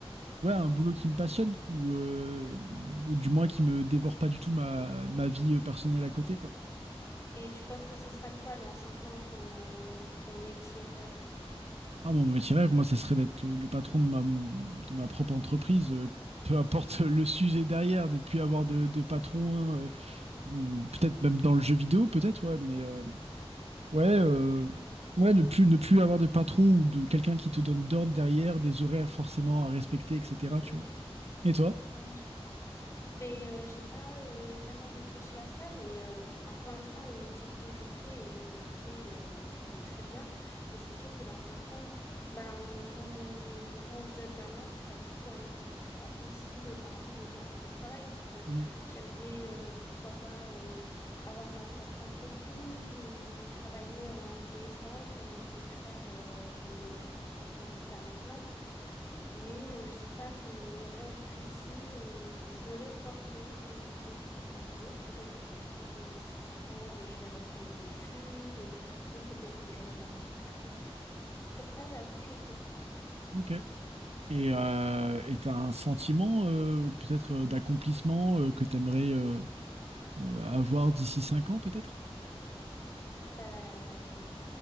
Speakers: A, on the right; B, on the left.
A: ouais, un boulot qui me passionne ou, euh, ou du moins qui me dévore pas du tout ma, ma vie euh, personnelle à côté, quoi.
B: Et tu penses que ce sera quoi dans 5 ans ton, ton métier rêve?
A: Ah, mon métier rêve, moi, ça serait d'être le, le patron de ma, de ma propre entreprise, euh, peu importe le sujet derrière, de plus avoir de, de patron, euh, euh, peut-être même dans le jeu vidéo, peut-être, ouais, mais euh, ouais, euh, ouais, ne plus, ne plus avoir de patron ou de quelqu'un qui te donne d'ordre derrière, des horaires forcément à respecter, etc., tu
B: Mm.
A: vois. Et toi?
B: Ouais, Ben, euh, j'ai pas euh, tellement réfléchi à ça, mais euh, ben, pour l'instant, le métier que je fais, euh, il me plaît, euh, il est très bien. Mais c'est sûr que dans cinq ans, ben, en étant une, je pense, jeune maman, c'est pas du tout un métier qui sera possible par rapport aux horaires de travail. Donc, euh,
A: Mm.
B: j'aimerais, euh, pourquoi pas, euh, avoir ma propre entreprise ou travailler en télétravail comme on peut le faire, euh, comme be- beaucoup de gens peuvent le faire maintenant. Mais euh, j'ai pas de rêve précis. euh, je me laisse porter au niveau du boulot. Peut-être que ça se trouve, euh, d'ici cinq ans, euh, je vais reprendre des études euh, ou peut-être que j'aurai mon entreprise. Sur ça, j'avoue, je sais pas.
A: Ok. Et euh, et t'as un sentiment euh, peut-être euh, d'accomplissement euh, que t'aimerais euh, euh, avoir d'ici 5 ans peut-être?
B: Bah,